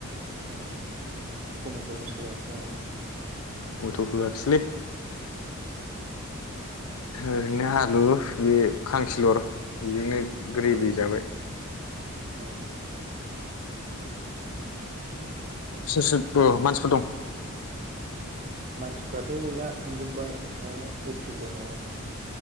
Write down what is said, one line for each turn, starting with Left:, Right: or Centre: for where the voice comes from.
Right: ए टमेटबो सुलायनोसै नामा?
Left: अलथ होआखिसलै। ओरैनो आलु बे खांखिलर बेजोंनो ग्रेभि
Right: औ
Left: जाबाय
Right: उम।
Left: सोर सोर मानसिफोर दं?
Right: मानसिफ्राथ' गैला थांजोब्बाय ओमफ्राय उखिल दङ।